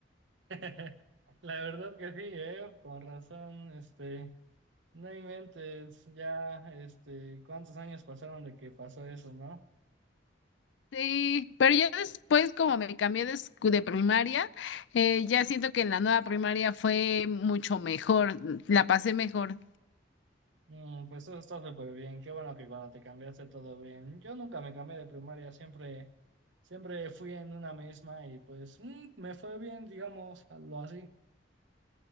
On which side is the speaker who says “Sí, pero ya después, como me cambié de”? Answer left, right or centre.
Left